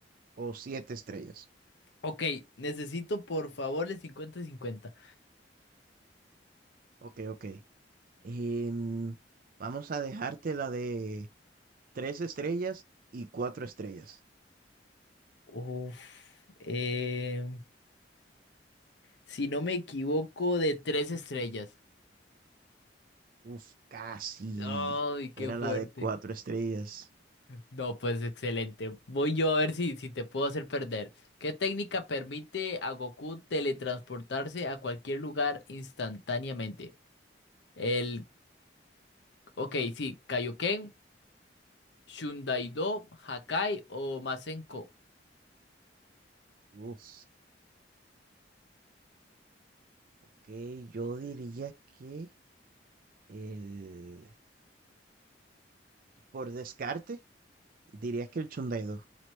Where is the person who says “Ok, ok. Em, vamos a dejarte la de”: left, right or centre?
Right